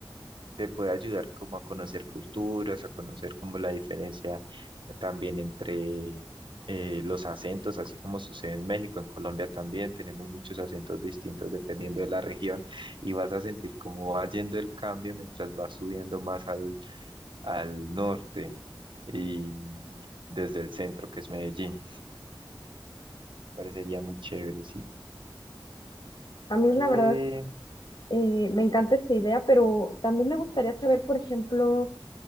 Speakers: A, on the right; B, on the left.
A: te puede ayudar como a conocer culturas, a conocer como la diferencia eh, también entre eh, los acentos, así como sucede en México, en Colombia también tenemos muchos acentos distintos dependiendo de la región y vas a sentir cómo va yendo el cambio mientras vas subiendo más al, al norte y desde el centro, que es Medellín. Parecería muy chévere, sí.
B: A mí
A: ¿Qué?
B: la verdad Eh, me encanta esta idea, pero también me gustaría saber, por ejemplo,